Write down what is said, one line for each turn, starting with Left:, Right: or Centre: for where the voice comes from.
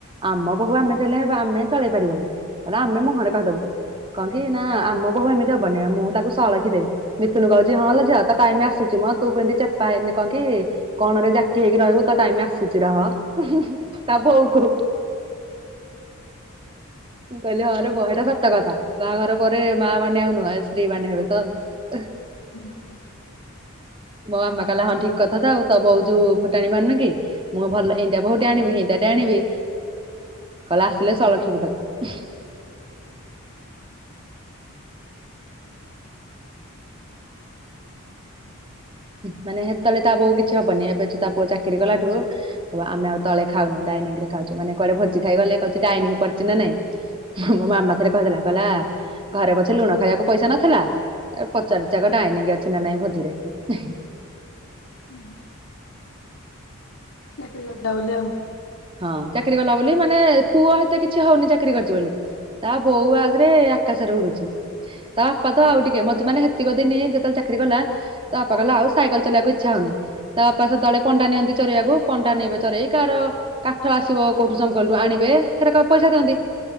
Right: ଆମ ବୋହୂ ଆମେ ଦେଲେ ଆମେ ଚଳେଇ ପାରିବୁନୁ। କହିଲା ଆମେ ମୁହଁରେ କହିଦବୁ। କଣ କି ନା, ଆମ ବୋହୂ ଏମିତି ହବନି। ମୁଁ ତାକୁ ସଳଖି ଦେବି। ମିଥୁନ କହୁଛି ହଁ ଲୋ ଝିଅ, ତୋ ଟାଇମ ଆସୁଛି। ତୁମ ତୁ କେମତି ଚେପା ହେଇନି କଣ କି, କଣରେ ଜାକି ହେଇକି ରହିବୁ, ତୋ ଟାଇମ ଆସି ସୁଛି ରହ। ଉ ହୁଁ ହୁଁ। ତା ବୋଉ କହୁ ମୁଁ କହିଲି ହଁ ରେ ବହିଟା ସତକଥା। ବାହାଘର ପରେ ମା ମାନେ ଆଉ ନୁହେଁ, ସ୍ତ୍ରୀ ମାନେ ହେବେ ତ ଆଉ।
Left: ହୁଁ ହୁଁ
Right: ମୋ ମାମା କହିଲା ହଁ ଠିକ କଥା ଆଉ। ତୋ ବୋଉ ଯୋଉ ଫୁଟାଣି ମାରୁନି କି, ମୁଁ ଭଲ ଏନ୍ତିଆ ବୋହୂଟେ ଆଣିବି ହେନ୍ତିଆଟେ ଆଣି ଆଣିବି, କହିଲା ଆସିଲେ ସଳଖିବୁ ତାକୁ। ମାନେ ସେତେବେଳେ ତା ବୋଉ କିଛି ହବନି। ଏବେ ଯୋଉ ତା ପୁଅ ଚାକିରୀ କଲାଠୁ, ଆମେ ଆଉ ତଳେ ଖାଉନୁ, ଡା ଡାଇନିଂରେ ଖାଉଛୁ। ମାନେ କୁଆଡ଼େ ଭୋଜି ଖାଇ ଗଲେ କହୁଚି ଡାଇନିଂ ପଡିଚି ନା ନାଇଁ। ମୋ ମାମା ଥରେ କହିଦେଲା, କହିଲା ଘରେ ପଛେ ଲୁଣ ଖାଇବାକୁ ପଇସା ନଥିଲା, ପଚାରୁଚି ଆଗ ଡାଇନିଙ୍ଗ ଅଛି ନା ନାଇଁ ଭୋଜିରେ। <unintelligible>
Left: ହୁଁ ହ। ଚାକିରୀ କଲା ବୋଲି ଆଉ।
Right: ହଁ। ଚାକିରୀ କଲା ବୋଲି, ମାନେ ପୁଅ ହେତେ କିଛି ହଉନି ଚାକିରୀ କରିଛି ବୋଲି। ତା ବୋଉ ଆଗରେ ଆକାଶରେ ଉଡୁଛି। ତା ବାପା ତ ଆଉ ଟିକେ, ମତେ ମାନେ ହେତିକ ଦିନି ଯେତେବେଳେ ଚାକିରୀ କଲା, ତା ବାପା କହିଲା ଆଉ ସାଇକଲ ଚଲେଇଆକୁ ଇଚ୍ଛା ହଉନି। ତା ବାପା ସେତେବେଳେ ପଣ୍ଡା ନିଅନ୍ତି ଚରେଇବାକୁ। ପଣ୍ଡା ନେବେ ଚରେଇ, କାହାର କାଠ ଆସିବ କୋଉଠୁ ସଙ୍କଲଠୁ ଆଣିବେ ସେରା କାକୁ ପଇସା ଦିଅନ୍ତି